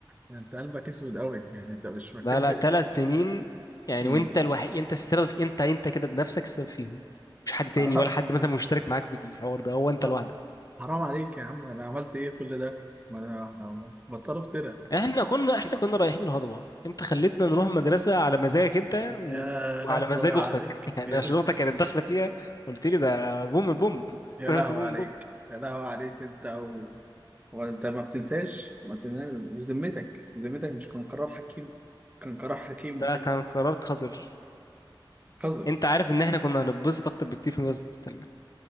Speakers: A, on the right (about 15°); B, on the left (about 45°).
A: يعني انت قلبك اسود قوي يعني انت مش فاكر
B: لا
A: لي
B: لا ثلاث سنين يعني
A: مم.
B: وانت الوحيد انت السبب في... انت انت كده بنفسك السبب فيهم مش حد تاني
A: حرام
B: ولا حد مثلا مشترك معاك في الحوار ده هو انت
A: حرام
B: لوحدك
A: حرام عليك يا عم انا عملت ايه كل ده ما انا ما- بطلوا افترى
B: احنا كنا احنا كنا رايحين الهضبه انت خليتنا نروح مدرسه على مزاجك انت و...
A: يا
B: وعلى
A: لهوي
B: مزاج
A: عليك
B: اختك <laughs> يعني
A: يا
B: عشان اختك كانت داخله فيها قلت لي ده بوم البوم <laughs>
A: يا
B: مدرسه
A: لهوي
B: بوم
A: عليك
B: البوم
A: يا لهوي عليك انت و... وانت ما بتنساش ما بتنساش مش ذمتك ذمتك مش كان قرار حكيم كان قرار حكيم
B: ده
A: وحلو
B: كان قرار قذر
A: قذر
B: انت عارف ان احنا كنا هنتبسط اكتر بكتير في المدرسه التانيه